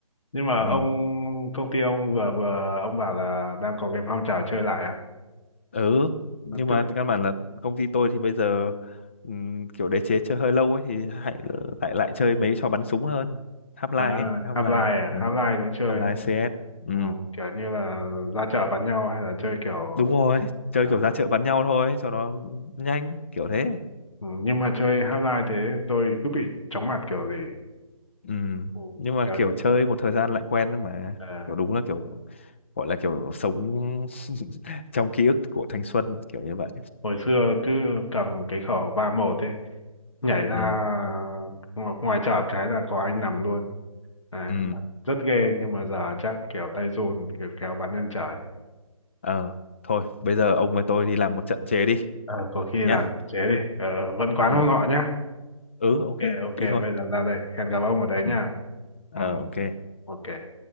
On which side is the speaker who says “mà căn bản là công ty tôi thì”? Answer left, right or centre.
Left